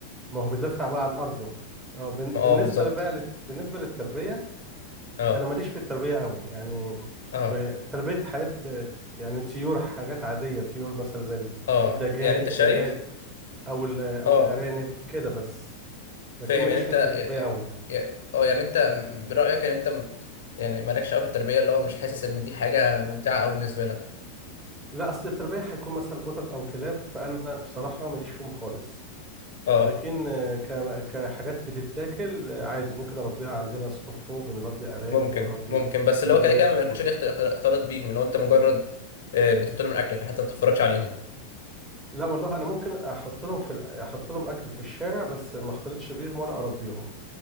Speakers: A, on the right (about 20°); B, on the left (about 60°).
A: ما هو بيدافع بقى عن ارضه آه، بن-
B: ما
A: بالنسبه
B: اه بالظبط
A: بقى لل... بالنسبه للتربيه
B: اه
A: انا ماليش في التربيه قوي يعني
B: اه
A: ب... تربيه حياه آه، يعني طيور حاجات عاديه طيور مثلا زي
B: اه
A: الدجاج
B: يعني انت
A: الدجاج
B: شايف
A: او ال... او
B: اه
A: الارانب كده بس لكن
B: فاهم
A: ماليش
B: يعني انت
A: في التربية
B: ي-
A: قوي
B: ي- اه يعني انت من رايك ان انت م- يعني مالكش قوي في التربيه اللي هو مش حاسس ان دي حاجه ممتعه قوي بالنسبه لك
A: لا اصل التربية هيكون مثلا قطط او كلاب فانا بصراحة ماليش فيهم خالص
B: اه
A: لكن آه، ك- كحاجات بتتاكل آه، عادي ممكن اربيها عندنا سطوح فوق بنربي ارانب
B: ممكن
A: وبنربي
B: ممكن بس اللي
A: دجاج
B: هو كده كده ما بياكلش
A: وب...
B: ليه اختلاط بيهم اللي هو انت مجرد آه، بتحط لهم الاكل لكن حتى ما بتتفرجش عليهم
A: لا والله انا ممكن احط لهم في ال- احط لهم اكل في الشارع بس ما اختلطش بيهم ولا اربيهم